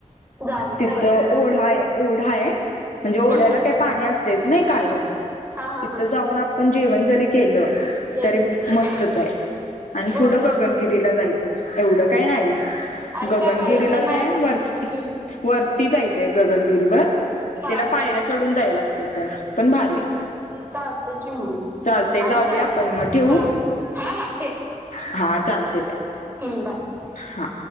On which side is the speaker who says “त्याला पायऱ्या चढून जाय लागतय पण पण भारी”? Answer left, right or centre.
Left